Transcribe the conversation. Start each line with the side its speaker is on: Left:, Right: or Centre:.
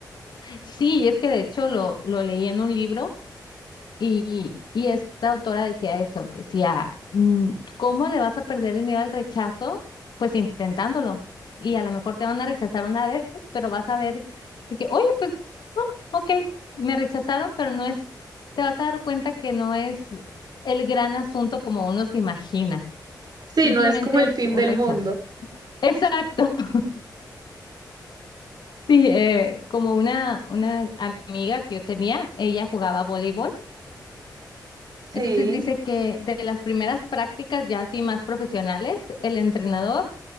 Left: Sí, y es que de hecho lo, lo leí en un libro y, y esta autora decía eso, decía, mm, ¿cómo le vas a perder el miedo al rechazo? Pues intentándolo. Y a lo mejor te van a rechazar una vez, pero vas a ver de que, oye, pues, no, ok, me rechazaron, pero no es, te vas a dar cuenta que no es el gran asunto como uno se imagina.
Right: Sí,
Left: Simplemente
Right: no es como el
Left: es
Right: fin
Left: un
Right: del
Left: rechazo.
Right: mundo.
Left: Exacto. <laughs> Sí, eh, como una, una amiga que yo tenía, ella jugaba voleibol.
Right: Sí.
Left: Entonces dice que de las primeras prácticas ya así más profesionales, el entrenador,